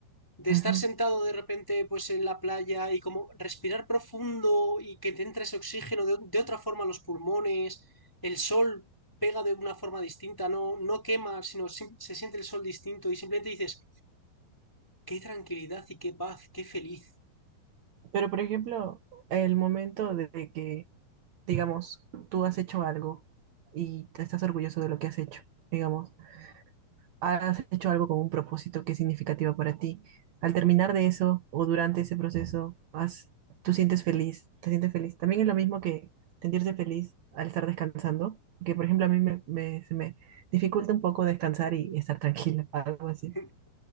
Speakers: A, in the centre; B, on the right (about 70°).
A: De
B: Ujú.
A: estar sentado de repente pues en la playa y como respirar profundo y que te entre ese oxígeno de, de otra forma a los pulmones, el sol pega de una forma distinta, no, no quema, sino sim- se siente el sol distinto y simplemente dices, qué tranquilidad y qué paz, qué feliz.
B: Pero, por ejemplo, el momento de de que, digamos, tú has hecho algo y te estás orgulloso de lo que has hecho, digamos. has hecho algo con un propósito que es significativo para ti. Al terminar de eso o durante ese proceso, has, tú sientes feliz, te sientes feliz. También es lo mismo que sentirse feliz al estar descansando, que por ejemplo a mí me, me- se me dificulta un poco descansar y estar tranquila, <laughs> algo así.
A: <laughs>